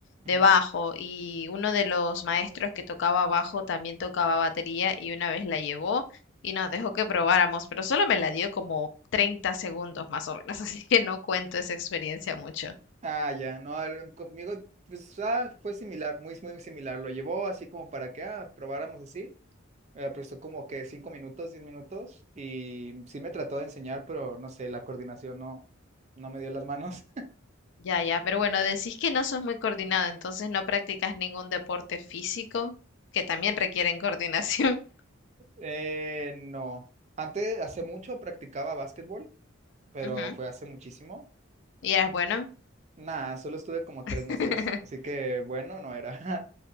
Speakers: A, on the right; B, on the left.
A: Mm.
B: de bajo, y uno de los maestros que tocaba bajo también tocaba batería y una vez la llevó y nos dejó que probáramos, pero solo me la dio como 30 segundos más o menos, <laughs> así que no cuento esa experiencia mucho.
A: Ah, ya, no, el- conmigo pues, ah, fue similar, muy, muy similar. Lo llevó así como para que ah, probáramos así. Me prestó como que cinco minutos, diez minutos y sí me trató de enseñar, pero no sé, la coordinación no, no me dio las manos. <laughs>
B: Ya, ya, pero bueno, decís que no sos muy coordinado, entonces no practicas ningún deporte físico, que también requieren coordinación.
A: Eh, no, antes, hace mucho practicaba básquetbol,
B: <laughs>
A: pero
B: Ujú.
A: fue hace muchísimo.
B: Y eras bueno.
A: Nada, solo estuve como tres
B: <laughs>
A: meses, así que bueno, no era.